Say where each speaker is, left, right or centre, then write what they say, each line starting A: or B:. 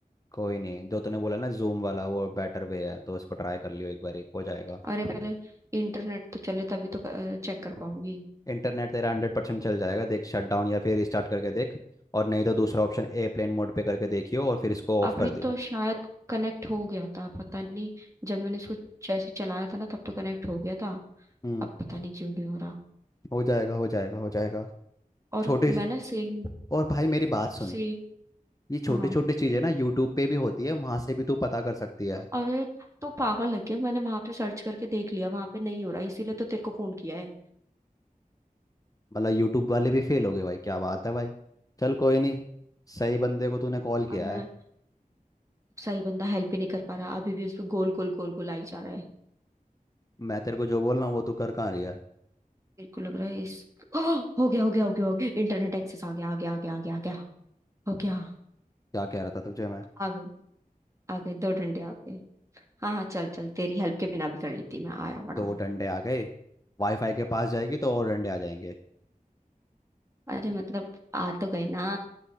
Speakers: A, on the left (about 25°); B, on the right (about 20°).
A: कोई नहीं जो तूने बोला ना जूम वाला वो बेटर वे है तो इसको ट्राई कर लियो एक बार हो जाएगा
B: अरे पहले इंटरनेट तो चले तभी तो चेक कर पाऊंगी
A: इंटरनेट तेरा हंड्रेड परसेंट चल जाएगा देख शट डाउन या फिर रिस्टार्ट करके देख और नहीं तो दूसरा ऑप्शन एयरप्लेन मोड पे करके देखियो और फिर इसको ऑफ
B: अभी
A: कर दियो
B: तो शायद कनेक्ट हो गया था पता नहीं जब मैंने इसको जैसे चलाया था ना तब तो कनेक्ट हो गया था
A: हम्म
B: अब पता नहीं क्यों नहीं हो रहा
A: हो जाएगा हो जाएगा हो जाएगा
B: और
A: छोटे से-
B: मैं ना सेम
A: और भाई मेरी बात सुन
B: सेम
A: ये छोटी
B: हाँ
A: छोटी चीजें ना यूट्यूब पे भी होती है वहां से भी तू पता कर सकती है
B: अरे तो पागल है क्या मैंने वहां पे सर्च करके देख लिया वहां पे नहीं हो रहा इसीलिए तो तेरे को फोन किया है
A: मतलब यूट्यूब वाले भी फेल हो गए भाई क्या बात है भाई चल कोई नहीं सही बंदे को तूने कॉल
B: अब
A: किया
B: मैं
A: है
B: सही बंदा हेल्प ही नहीं कर पा रहा अभी भी उस पर गोल गोल गोल गोल आई जा रहा है
A: मैं तेरे को जो बोल रहा हूँ वो तू कर कहाँ रही है
B: मेरे को लग रहा है इस <gasps> ओह! हो गया हो गया हो गया हो गया इंटरनेट एक्सेस आ गया आ गया आ गया आ गया आ गया हो गया
A: क्या कह रहा था तुझे मैं
B: आ गए आ गए दो डंडे आ गए हाँ हाँ चल चल तेरी हेल्प के बिना भी कर लेती मैं आया बड़ा
A: दो
B: हूँ
A: डंडे आ गए वाईफाई के पास जाएगी तो और डंडे आ जाएंगे
B: अरे मतलब आ तो गए ना